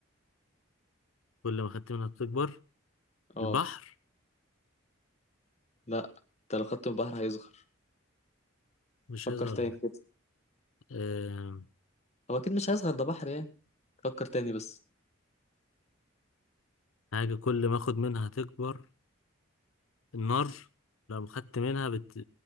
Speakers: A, on the left; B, on the left.
A: كل ما خدت منها بتكبر
B: اه
A: البحر
B: لا انت لو خدت من البحر هيصغر
A: مش
B: فكر
A: هيظهر
B: تاني
A: لك
B: كده
A: أه...
B: هو اكيد مش هيصغر ده بحر يعني فكر تاني بس
A: حاجة كل ما اخد منها هتكبر النار لو خدت منها بت...